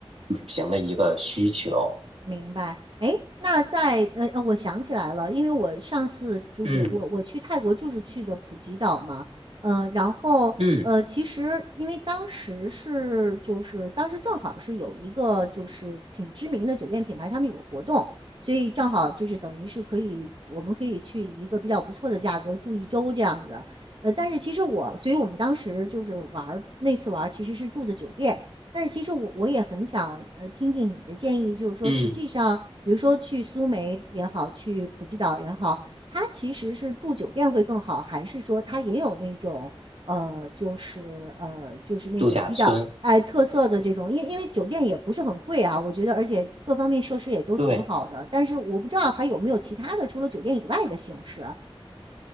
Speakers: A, on the right; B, on the right.
A: 旅行的一个需求。
B: 明白，哎，那在呃呃，我想起来了，因为我上次就是我我去泰国就是去的普吉岛嘛，
A: 嗯
B: 嗯、呃然后呃，
A: 嗯
B: 其实因为当时是就是当时正好是有一个就是挺知名的酒店品牌，他们有个活动，所以正好就是等于是可以我们可以去一个比较不错的价格住一周这样子，呃，但是其实我所以我们当时就是玩儿那次玩儿其实是住的酒店。但是其实我我也很想呃听听你的建议，就是说实际上，
A: 嗯，
B: 比如说去苏梅也好，去普吉岛也好，它其实是住酒店会更好，还是说它也有那种呃就是呃就是那种比较哎特色的这种，
A: 度假村，
B: 因因为酒店也不是很贵啊，我觉得，而且各方面设施也都挺好的，
A: 对。
B: 但是我不知道还有没有其他的除了酒店以外的形式，